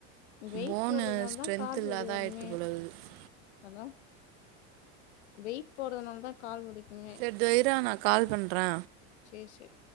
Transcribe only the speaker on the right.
போனு
ஸ்ட்ரென்த்
இல்லாத
ஆயிடுத்து போல இருக்குது
இந்தோ இர்ரா நா கால் பண்ணற